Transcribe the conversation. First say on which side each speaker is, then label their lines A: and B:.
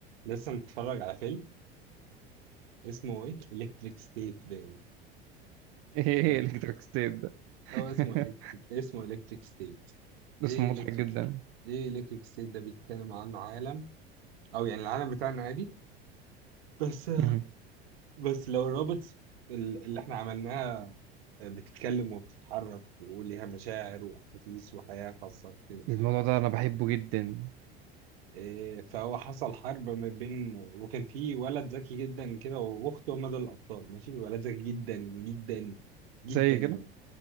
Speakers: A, on the right (about 70°); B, on the right (about 45°).
A: لسه متفرج على فيلم اسمه ايه الكتريك ستيت باين
B: ايه
A: آه،
B: الكتريك ستيت ده <laughs>
A: او اسمه الكتريك اسمه الكتريك ستيت ايه
B: اسم مضحك
A: الكتريك
B: جدا
A: ايه الكتريك ستيت ده بيتكلم عن عالم او يعني العالم بتاعنا عادي بس
B: مهم.
A: بس لو الروبوتس ال- اللي احنا عملناها آه، بتتكلم وبتتحرك وليها مشاعر واحاسيس وحياة خاصة كده
B: الموضوع ده انا بحبه جدا
A: إيه، فهو حصل حرب ما بين وكان في ولد ذكي جدا كده واخته هما دول الابطال ماشي ولد ذكي جدا جدا جدا
B: زي كده